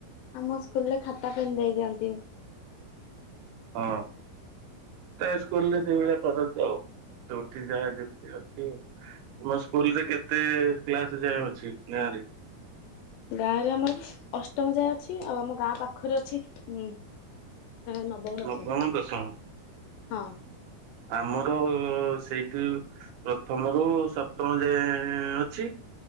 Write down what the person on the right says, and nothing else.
ହଁ ପ୍ରାଏ ସ୍କୁଲ୍ରେ ସେଇଭଳିଆ କରନ୍ତି ଆଉ। ଯଉଠି ଯା ଯେମିତି ଅଛି ତମ ସ୍କୁଲରେ କେତେ କ୍ଲାସ୍ ଯାଏଁ ଅଛି ନାରେ।
ନବମ ଦଶମ
ଆମର ସେଇଠୁ ପ୍ରଥମରୁ ସପ୍ତମ ଯାଏଁ ଅଛି।